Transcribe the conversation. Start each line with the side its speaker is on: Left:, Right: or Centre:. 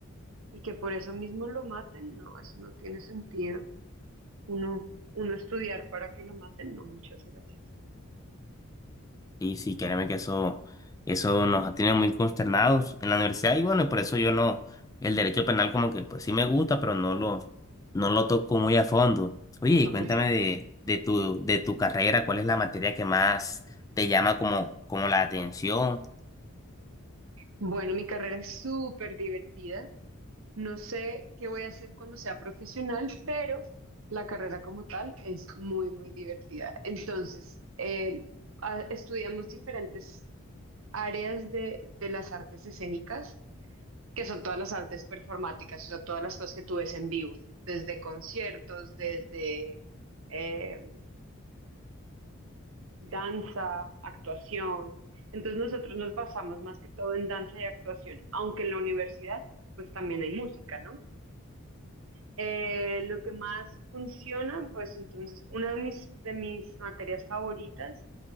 Right: y que por eso mismo lo maten, no, eso no tiene sentido. Uno, uno estudiar para que lo maten, no, muchas gracias.
Left: Y sí, créeme que eso, eso nos tiene muy consternados en la universidad. Y bueno, y por eso yo no, el derecho penal como que pues sí me gusta, pero no lo, no lo toco muy a fondo. Oye, y
Right: No,
Left: cuéntame
Right: pues,
Left: de, de tu, de tu carrera, ¿cuál es la materia que más te llama como, como la atención?
Right: bueno, mi carrera es súper divertida. No sé qué voy a hacer cuando sea profesional, pero la carrera como tal es muy, muy divertida. Entonces, eh, a- estudiamos diferentes áreas de, de las artes escénicas, que son todas las artes performáticas, o sea, todas las cosas que tú ves en vivo, desde conciertos, desde, eh, danza, actuación. Entonces nosotros nos basamos más que todo en danza y actuación, aunque en la universidad pues también hay música, ¿no? Eh, lo que más funciona, pues entonces una de mis, de mis materias favoritas